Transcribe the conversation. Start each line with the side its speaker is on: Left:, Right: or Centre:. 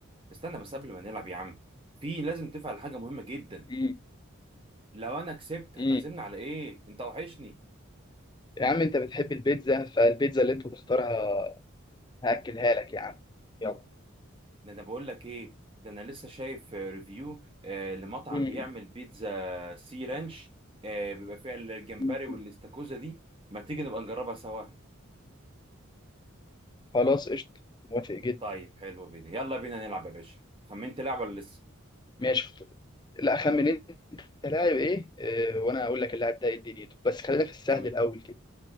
Right: استنى بس قبل ما نلعب يا عم في لازم نتفق على حاجه مهمه جدا
Left: امم
Right: لو انا كسبت هتعزمني
Left: امم
Right: على ايه انت وحشني
Left: يا عم انت بتحب البيتزا فالبيتزا اللي انت تختارها هاكلها لك يا عم يلا
Right: ده انا بقول لك ايه ده انا لسه شايف آه، ريفيو آه، لمطعم
Left: مم.
Right: بيعمل بيتزا سي رانش آه، بيبقى فيها الجمبري
Left: مم.
Right: والاستاكوزا دي ما تيجي نبقى نجربها سوا
Left: خلاص قشطه موافق جدا
Right: طيب حلو بينا يلا بينا نلعب يا باشا خمنت لعب ولا لسه
Left: ماشي اخت- لا اخمن انت لاعب ايه آه، وانا اقول لك اللاعب ده ايه دنيته بس خلينا في السهل
Right: تمام
Left: الاول كده